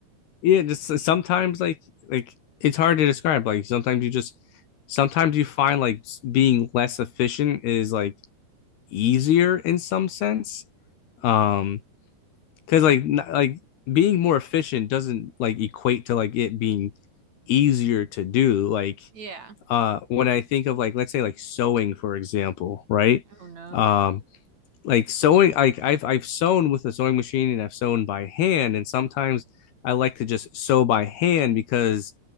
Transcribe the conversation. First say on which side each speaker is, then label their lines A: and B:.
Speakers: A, on the left; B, on the right.
A: yeah, just uh, sometimes like like it's hard to describe. Like sometimes you just sometimes you find like s- being less efficient is like easier in some sense. Um, because like n- like being more efficient doesn't like equate to like it being easier to do. Like
B: Yeah.
A: uh, when I think of like let's say like sewing for example, right?
B: Oh no.
A: Um, like sewing like I've I've sewn with a sewing machine and I've sewn by hand and sometimes I like to just sew by hand because